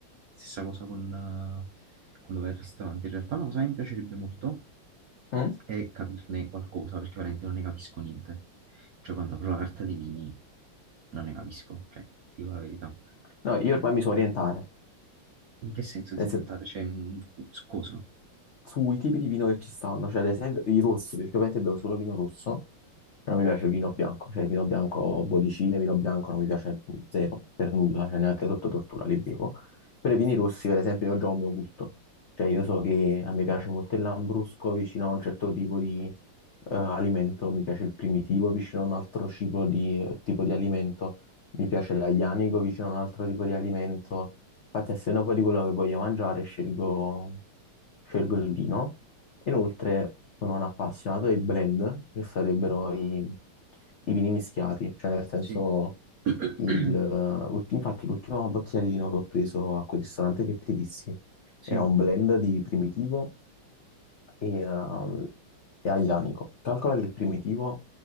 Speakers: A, on the right; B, on the left.
A: Stessa cosa con eh, quando vai al ristorante. In realtà una cosa che mi piacerebbe molto
B: Mm?
A: è capirne qualcosa, perché veramente non ne capisco niente. Cioè, quando apro la carta dei vini non ne capisco, cioè, ti dico la verità.
B: No, io ormai mi so orientare
A: In che senso ti
B: nel sen-
A: orientare? Cioè, mm, su cosa?
B: sui tipi di vino che ci stanno, cioè ad esempio i rossi, perché ovviamente bevo solo vino rosso, Non mi piace il vino bianco, cioè il vino bianco, bollicine, vino bianco non mi piace zero, per nulla, cioè neanche sotto tortura li bevo. Per i vini rossi, per esempio, io già ho il mio gusto. Cioè io so che a me piace molto il lambrusco vicino a un certo tipo di eh, alimento, mi piace il primitivo vicino a un altro tipo di, eh, tipo di alimento, mi piace l'aglianico vicino a un altro tipo di alimento. Infatti, a seconda poi di quello che voglio mangiare, scelgo, scelgo il vino. Inoltre sono un appassionato dei blend, che sarebbero i, i vini mischiati, cioè nel senso,
A: Sì. <coughs>
B: il, eh,
A: <clears throat>
B: ulti- infatti l'ultima bottiglia di vino che ho preso a quel ristorante che ti dissi
A: Sì,
B: era un blend di Primitivo e, ehm, e Aglianico. Calcola che il Primitivo